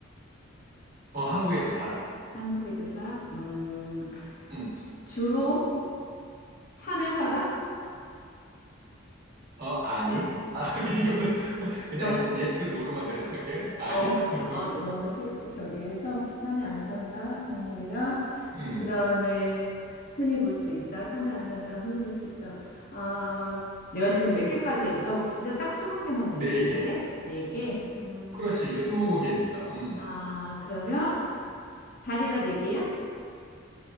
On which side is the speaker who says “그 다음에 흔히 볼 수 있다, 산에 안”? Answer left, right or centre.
Left